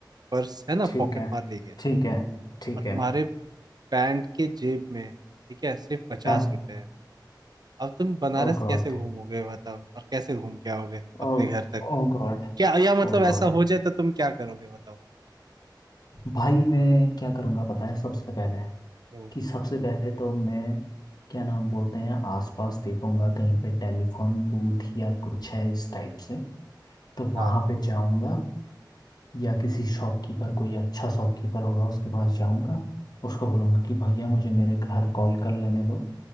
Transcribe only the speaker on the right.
पर्स है ना
पॉकेट
मार ले गया
और
तुम्हारे पैंट के जेब में ठीक है सिर्फ पचास
रुपए है अब तुम बनारस
कैसे घूमोगे बताओ और कैसे घूम के आओगे अपने
घर तक
क्या या
मतलब ऐसा
हो जाए तो तुम क्या करोगे बताओ
हम्म,
हाँ